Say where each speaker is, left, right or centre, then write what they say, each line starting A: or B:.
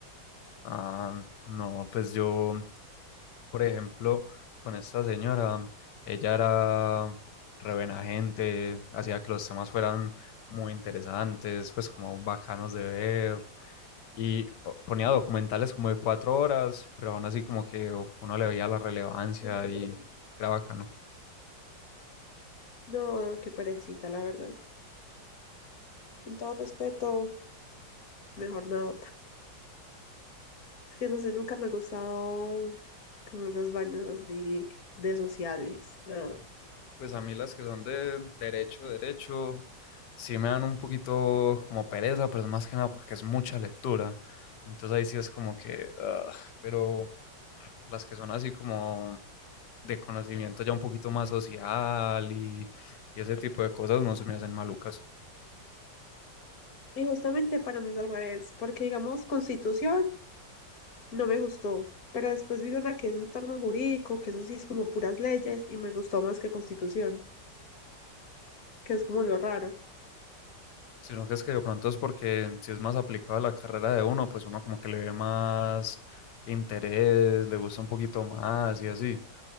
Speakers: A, on the left (about 70°); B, on the left (about 55°).
A: Ah, no, pues yo, por ejemplo, con esta señora, ella era re buena gente, hacía que los temas fueran muy interesantes, pues como bacanos de ver. Y po- ponía documentales como de cuatro horas, pero aún así como que uno le veía la relevancia
B: Ay, Qué
A: y
B: perecita.
A: era bacano.
B: No, qué perecita, la verdad. Con todo respeto, mejor nadota. Es que no sé, nunca me ha gustado como esos baños así de sociales. ¿no?
A: Pues a mí las que son de derecho, derecho, sí me dan un poquito como pereza, pero es más que nada porque es mucha lectura. Entonces ahí sí es como que, ah, pero las que son así como de conocimiento ya un poquito más social y, y ese tipo de cosas no se me hacen malucas.
B: Y justamente para mí es al revés, porque digamos Constitución no me gustó, pero después vi una que es entorno jurídico, que eso sí es como puras leyes y me gustó más que Constitución, que es como lo raro.
A: Sino que es que de pronto es porque si es más aplicado a la carrera de uno, pues uno como que le ve más interés, le gusta un poquito más y así.